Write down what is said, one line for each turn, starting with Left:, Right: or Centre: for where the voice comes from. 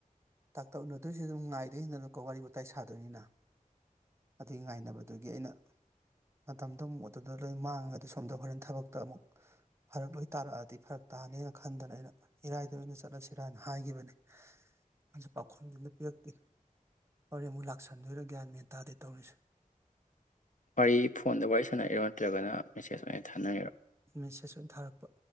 Right: ꯇꯥꯛꯇꯛꯅ ꯑꯗꯨꯑꯣꯏꯁꯨ ꯑꯗꯨꯝ ꯉꯥꯏꯗꯣꯏꯅꯤꯗꯅꯀꯣ ꯋꯥꯔꯤ ꯋꯥꯇꯥꯏ ꯁꯥꯗꯣꯏꯅꯤꯅ ꯑꯗꯨꯒꯤ ꯉꯥꯏꯅꯕꯗꯨꯒꯤ ꯑꯩꯅ ꯃꯇꯝꯗꯣ ꯑꯃꯨꯛ ꯑꯗꯨꯗ ꯂꯣꯏ ꯃꯥꯡꯉꯗꯤ ꯁꯣꯝꯗ ꯍꯣꯔꯦꯟ ꯊꯕꯛꯇ ꯑꯃꯨꯛ ꯐꯔꯛ ꯂꯣꯏ ꯇꯥꯔꯛꯑꯗꯤ ꯐꯔꯛ ꯇꯥꯅꯦꯅ ꯈꯟꯗꯅ ꯑꯩꯅ ꯏꯔꯥꯏꯗ ꯑꯣꯏꯅ ꯆꯠꯂꯁꯤꯔꯅ ꯍꯥꯏꯈꯤꯕꯅꯤ ꯑꯗꯨ ꯄꯥꯎꯈꯨꯝꯗꯨꯅ ꯄꯤꯔꯛꯇꯦ ꯍꯣꯔꯦꯟ ꯑꯃꯨꯛ ꯂꯥꯛꯁꯟꯗꯣꯏꯔꯥ ꯒ꯭ꯌꯥꯟ ꯃꯦꯟ ꯇꯥꯗꯦ ꯇꯧꯔꯤꯁꯦ
Left: ꯋꯥꯔꯤ ꯐꯣꯟꯗ ꯋꯥꯔꯤ ꯁꯥꯟꯅꯩꯔꯣ ꯅꯠꯇ꯭ꯔꯒꯅ ꯃꯦꯁꯦꯖ ꯑꯣꯏꯅ ꯊꯥꯅꯔꯤꯔꯣ
Right: ꯃꯦꯁꯦꯁ ꯑꯣꯏꯅ ꯊꯥꯔꯛꯄ